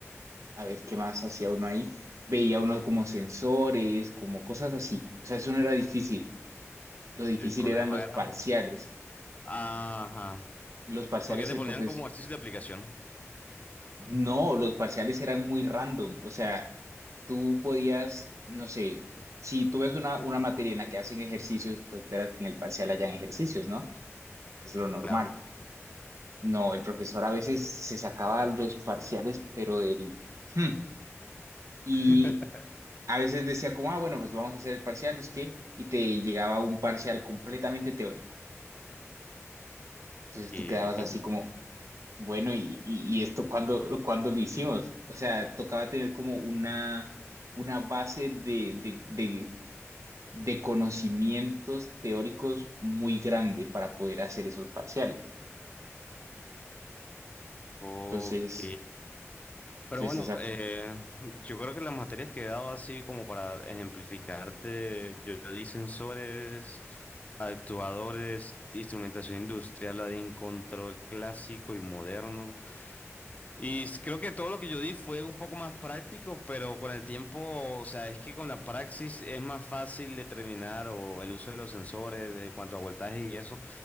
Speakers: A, on the right; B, on the left.
A: a ver qué más hacía uno ahí, veía uno como sensores, como cosas así, o sea, eso no era difícil, lo difícil
B: El problema
A: eran los
B: era.
A: parciales,
B: Ajá.
A: los parciales
B: Porque te
A: el
B: ponían
A: profesor,
B: como ejercicio de aplicación.
A: no, los parciales eran muy random, o sea, tú podías, no sé, si tú ves una, una materia en la que hacen ejercicios, tú esperas que en el parcial hayan ejercicios, ¿no? Es lo normal
B: Claro.
A: No, el profesor a veces se sacaba los parciales, pero del... hmm, Y
B: <laughs>
A: a veces decía como, ah, bueno, pues vamos a hacer el parcial, no sé qué, y te llegaba un parcial completamente teórico. Entonces
B: Eh,
A: tú quedabas así como, bueno, ¿y, y, y esto cuándo, cuándo lo hicimos? O sea, tocaba tener como una, una base de, de, de, de conocimientos teóricos muy grande para poder hacer esos parciales.
B: ok.
A: Entonces,
B: Pero
A: entonces
B: bueno,
A: esa...
B: eh, yo creo que las materias que he dado así como para ejemplificarte, yo, yo di sensores, actuadores, instrumentación industrial, la de en control clásico y moderno. Y s- creo que todo lo que yo di fue un poco más práctico, pero con el tiempo, o sea, es que con la praxis es más fácil determinar o el uso de los sensores, de cuanto a voltaje y eso,